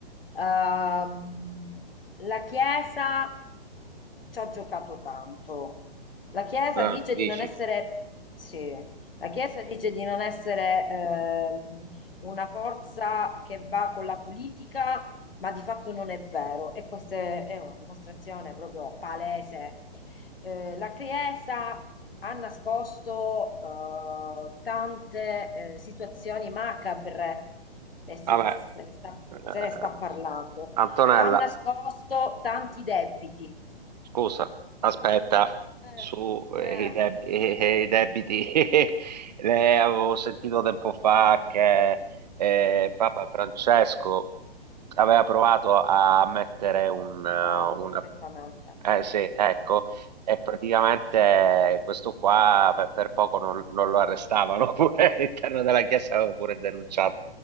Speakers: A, on the left; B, on the right.
A: Ehm, la Chiesa ci ha giocato tanto. La Chiesa
B: eh,
A: dice
B: dici,
A: di non essere, sì, la Chiesa dice di non essere ehm, una forza che va con la politica ma di fatto non è vero e questa è è una dimostrazione proprio palese. Eh, la Chiesa ha nascosto eh, tante eh, situazioni macabre e se,
B: vabbè,
A: se ne sta,
B: eh,
A: se ne sta parlando.
B: Antonella.
A: Ha nascosto tanti debiti.
B: Scusa, aspetta,
A: Eh,
B: su eh,
A: eh,
B: i, deb- Eh, eh, eh, i debiti, <laughs> le avevo sentito tempo fa che eh, Papa Francesco aveva provato a mettere un, eh,
A: bravo,
B: una...
A: perfettamente.
B: Eh sì, ecco, e praticamente questo qua per, per poco non, non lo arrestavano, <laughs> pure all'interno della Chiesa aveva pure denunciato.